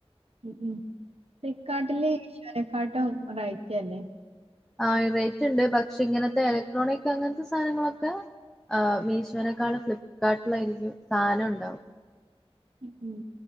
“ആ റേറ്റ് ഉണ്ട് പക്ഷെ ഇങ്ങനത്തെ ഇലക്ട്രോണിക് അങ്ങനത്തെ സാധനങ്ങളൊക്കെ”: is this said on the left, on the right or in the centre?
Centre